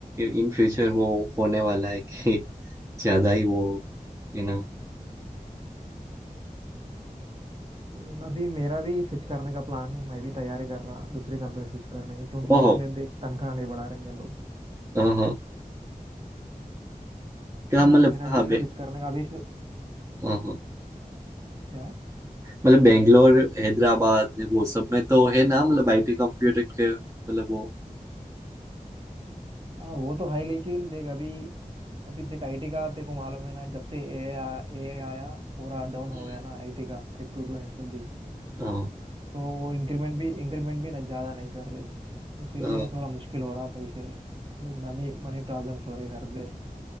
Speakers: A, on the right; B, on the right.
A: इन फ्यूचर वो होने वाला है कि <laughs> ज़्यादा ही वो यू नो
B: हम्म, अभी मेरा भी स्विच करने का प्लान है मैं भी तैयारी कर रहा दूसरी कंपनी स्विच करने का क्योंकि
A: ओहो
B: इसमें देख तनख्वाह नहीं बढ़ा रहे ये लोग
A: हाँ क्या
B: मेरा
A: मतलब कहाँ
B: भी
A: बे
B: स्विच करने का अभी शु-
A: हाँ हाँ
B: क्या
A: मतलब बेंगलोर हैदराबाद ने वो सब में तो है ना मतलब आईटी कंप्यूटर के मतलब वो
B: हाँ वो तो है लेकिन देख अभी अभी देख आईटी का तेरे को मालूम है ना जब से ए आई ए आई आया पूरा डाउन हो
A: हम्म,
B: गया ना आईटी का रिक्रूटमेंट सब भी
A: हाँ
B: तो वो इंक्रीमेंट भी इंक्रीमेंट भी ना ज़्यादा नहीं कर रहे इसीलिए
A: हाँ
B: थोड़ा मुश्किल हो रहा पैसे लाइक मनी मनी प्रॉब्लम्स हो रही घर पे